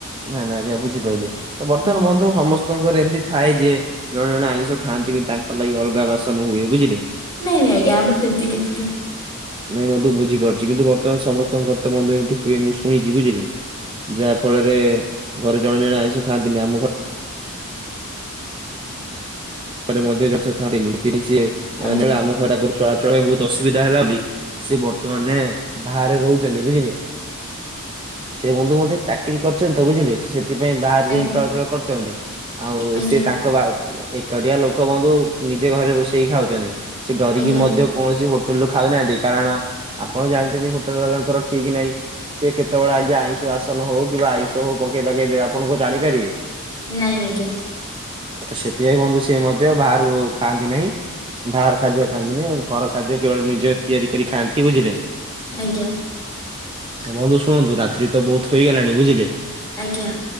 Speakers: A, on the right; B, on the left.
A: ନାଇଁ ନାଇଁ ଆଜ୍ଞା, ବୁଝିପାଇଲିି ତ ବର୍ତ୍ତମାନ
B: ହୁଁ।
A: ବନ୍ଧୁ ସମସ୍ତେ ଲୋକଙ୍କର ଏମିତି ଥାଏ ଯେ ଜଣେ ଜଣେ ଆଇଁଷ ଖାଆନ୍ତିବି ତାଙ୍କ ଲାଗି ଅଲଗା ବାସନ ହୁଏ ବୁଝିଲେ।
B: ନାଇଁ, ନାଇଁ, ଆଜ୍ଞା ଆମର ସେମତି କିଛି ନାହିଁ।
A: ନାଇଁବନ୍ଧୁ ବୁଝିପାରୁଛି କିନ୍ତୁ ବର୍ତ୍ତମାନ ସମସ୍ତଙ୍କର ତ ବନ୍ଧୁ ଏମିତି ହୁଏ ମୁଁ ଶୁଣିଛି ବୁଝିଲେ, ଯାହା ଫଳରେ ଘରେ ଜଣେ ଜଣେ ଆଇଁଷ ଖାଆନ୍ତିନି ଆମ ଘରେ ମଧ୍ୟ ଆମିଷ ଖାଆନ୍ତିନି <unintelligible>
B: ଆଜ୍ଞା
A: ଭଡ଼ା ଘର ଚଳାଚଳ ପାଇଁ ବହୁତ ଅସୁବିଧା ହେଲା ବୋଲି ସିଏ ବର୍ତ୍ତମାନେ ବାହାରେ ରହୁଛନ୍ତି ବୁଝିଲେ।
B: <inaudible>
A: ସେ ବନ୍ଧୁ ମଧ୍ୟ ଚାକିରି କରିଛନ୍ତି ତ ବୁଝିଲେ। ସେଥିପାଇଁ ବାହାରେ
B: ଆଜ୍ଞା
A: ଯାଇ ଚଳାଚଳ କରୁଛନ୍ତି ଆଉ
B: ଆଜ୍ଞା
A: ସେ ତାଙ୍କ ବା ଏକୁଟିୟା ଲୋକ ବନ୍ଧୁ ନିଜେ ଘରେ ରୋଷେଇ ଖାଉଛନ୍ତି ସେ ଡରିକି
B: ଆଜ୍ଞା
A: ମଧ୍ୟ କୌଣସି ହୋଟେଲ ରୁ ଖାଉନାହାନ୍ତି କାରଣ ଆପଣ ଜାଣିଛନ୍ତି ହୋଟେଲ ବାଲାଙ୍କର ଠିକି ନାହିଁ। ସେ କେତେବେଳେ ଆଜ୍ଞା ଆଇଁଷ ବାସନ ହଉ କିମ୍ବା ଆଇଁଷ ହଉ ପକେଇ ପକାଇ ଦେବେ ଆପଣ କଣ ଜାଣିପାରିବେ?
B: ନାଇଁ ଆଜ୍ଞା।
A: ତ ସେଥିପାଇଁ ବନ୍ଧୁ ସିଏ ମଧ୍ୟ ବାହାରୁ ଖାଆନ୍ତି ନାହିଁ। ବାହାର ଖାଦ୍ୟ ଖାଆନ୍ତିନି ଘର ଖାଦ୍ୟ କେବଳ ନିଜେ ତିଆରି କରି ଖାଆନ୍ତି ବୁଝିଲେ,
B: ଆଜ୍ଞା,
A: ତ, ବନ୍ଧୁ ଶୁଣନ୍ତୁ ରାତ୍ରି ତ ବହୁତ ହୋଇଗଲାଣି ବୁଝିଲେ,
B: ଆଜ୍ଞା,